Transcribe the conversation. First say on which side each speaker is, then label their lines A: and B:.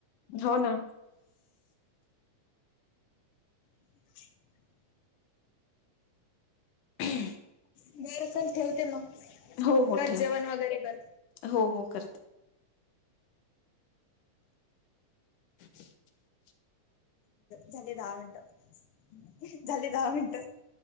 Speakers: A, on the left (about 85°); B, on the left (about 60°).
A: हो ना.
B: <inaudible>
A: ह. <unintelligible>
B: बर चल ठेवते मग.
A: हो हो
B: कर
A: ठेव.
B: जेवण वगैरे कर
A: हो हो करते. <inaudible>
B: झाले दहा मिनिट झाली दहा मिनिट.